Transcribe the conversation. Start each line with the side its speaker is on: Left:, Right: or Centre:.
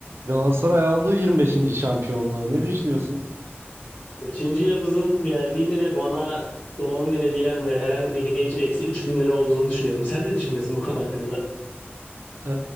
Right: Galatasaray aldığı yirmi beşinci şampiyonluğu. Ne düşünüyorsun?
Left: Beşinci yıldızın geldiğini ve bana doğum günü hediyen ve herhangi bir hediye için eksi 3000 lira olduğunu düşünüyorum. Sen ne düşünüyorsun bu konu hakkında?
Right: Ee,